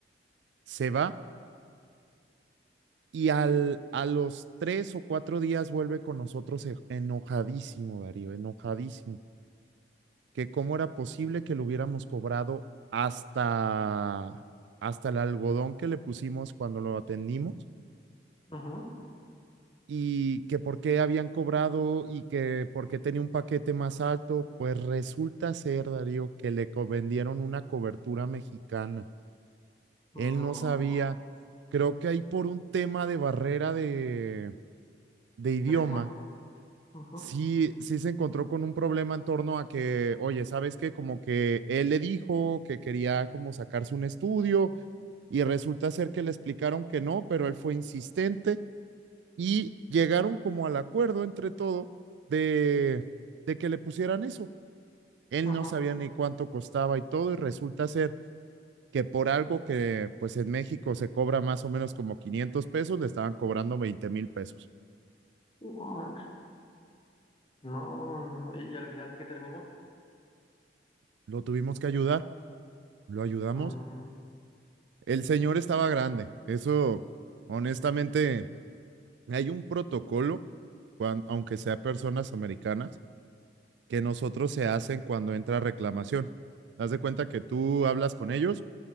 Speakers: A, on the right (about 70°); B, on the left (about 30°).
A: se va y al, a los tres o cuatro días vuelve con nosotros e, enojadísimo, Darío, enojadísimo. que cómo era posible que lo hubiéramos cobrado hasta, hasta el algodón que le pusimos cuando lo atendimos
B: ujú.
A: y que por qué habían cobrado y que por qué tenía un paquete más alto, pues resulta ser, Darío, que le co- vendieron una cobertura mexicana.
B: No,
A: Él no sabía, creo que ahí por un tema de barrera de, de idioma
B: de lenguaje. Ujú,
A: sí, sí se encontró con un problema en torno a que, oye, ¿sabes qué? Como que él le dijo que quería como sacarse un estudio y resulta ser que le explicaron que no, pero él fue insistente y llegaron como al acuerdo entre todo de, de que le pusieran eso. Él
B: ujú.
A: no sabía ni cuánto costaba y todo y resulta ser que por algo que pues en México se cobra más o menos como 500 pesos, le estaban cobrando 20 mil pesos.
B: Oh, man. No, no, no. ¿Y, y al final en qué terminó?
A: Lo tuvimos que ayudar, lo ayudamos
B: Ujú.
A: El señor estaba grande. Eso, honestamente, hay un protocolo, cuan- aunque sea personas americanas, que nosotros se hacen cuando entra reclamación. Haz de cuenta que tú hablas con ellos